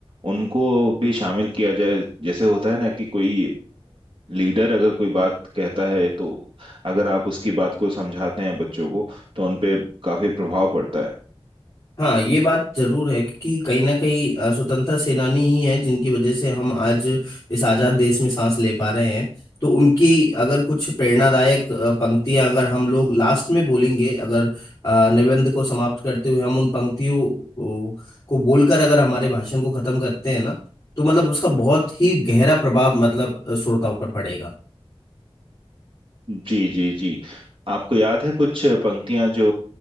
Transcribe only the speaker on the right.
उनको भी शामिल किया जाए जैसे होता है ना कि कोई लीडर अगर कोई बात कहता है तो अगर आप उसकी बात को समझाते हैं बच्चों को तो उनपे काफी प्रभाव पड़ता है
जी जी जी आपको याद है कुछ पंक्तियां जो